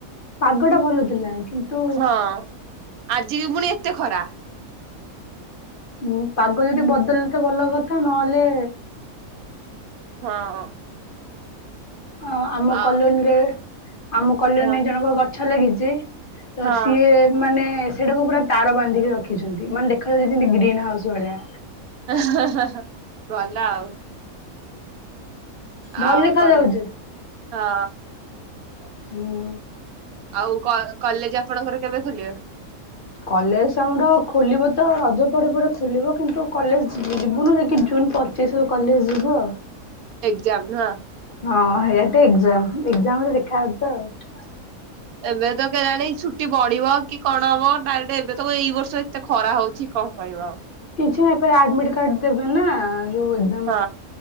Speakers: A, on the left; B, on the right.
A: ପାଗଟା ଭଲ ଥିଲା କିନ୍ତୁ
B: ହଁ ଆଜି ବି ପୁଣି ଏତେ ଖରା।
A: ହଁ ପାଗ ଯଦି ବଦଲ ତ ଭଲ କଥା ନହେଲେ
B: ହଁ।
A: ଅ ଆମ
B: ଆ
A: କଲୋନୀରେ ଆମ କଲୋନୀରେ
B: ହଁ
A: ଜଣଙ୍କ ଗଛ ଲାଗିଛି। ତ
B: ହଁ
A: ସିଏ ମାନେ ସେଟାକୁ ପୁରା ତାର ବାନ୍ଧିକି ରଖିଛନ୍ତି ମାନେ ଦେଖାଯାଉଛି ଯେମତି ଗ୍ରୀନ ହାଉସ ଭଳିଆ।
B: ଅହଁ ଅହଁ ଅହଁ ଭଲ ଆଉ।
A: ଭଲ
B: ଆଉ
A: ଦେଖା
B: କଣ?
A: ଯାଉଛି
B: ହଁ।
A: ହୁଁ।
B: ଆଉ କ କଲେଜ ଆପଣଙ୍କର କେବେ ଖୋଲିବ।
A: କଲେଜ ଆମର ଖୋଲିବ ତ ରଜପରେ ପରେ ଖୋଲିବ କିନ୍ତୁ କଲେଜ ଯିବୁ ଯିବୁନି ଯେକି ଜୁନ୍ ପ ଚିଶ୍ ରୁ କଲେଜ ଯିବୁ ଆଉ।
B: ଏକ୍ଜାମ୍ ନା?
A: ହଁ ହେଇଆଟେ ଏଜାମ ଏଜାମରେ ଦେଖା ହବ ତ ଆଉ।
B: ଏବେ ତ କେ ଜାଣି ଛୁଟି ବଢିବ କି କଣ ହବ ଡାଇରେକ୍ଟରେ ଏବେ ତ ଏଇ ବର୍ଷ ଏତେ ଖରା ହଉଛି କଣ କହିବ ଆଉ।
A: କିଛି ନାହିଁ ଫିର ଆଡମିଟ କାର୍ଡ ଦେବେ ନା ଯୋଉ ଏକ୍ଜ୍
B: ହଁ